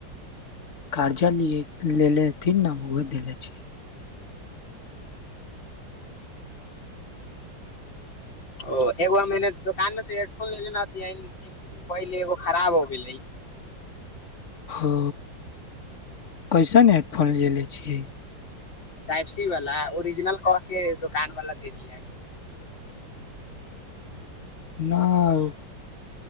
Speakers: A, on the left; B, on the left.
A: कार्यालिथि न उ दने छै
B: ओ एकगार मैने दुोकान मे से हेडफोन ले ले नथ एक दू दिन पहिलेगो खराब हो गेलै
A: ओ कैसन हेडफोन लेने छियै
B: टाइपिसँ वाला ओरिजिनल कऽ कऽ दोकानदारकेँ दऽ दिअ।
A: नहि